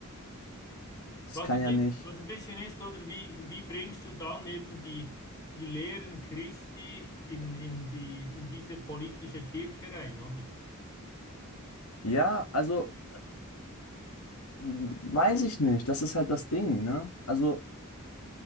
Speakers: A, on the left; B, on the left.
A: das
B: Was
A: kann
B: ein
A: ja
B: bisschen,
A: nicht.
B: was ein bisschen ist, oder wie, wie bringst du dann eben die, die Lehren Christi in, in die, in diese politische Kirche rein, oder?
A: Ja, also m, weiß ich nicht. Das ist halt das Ding, ne? Also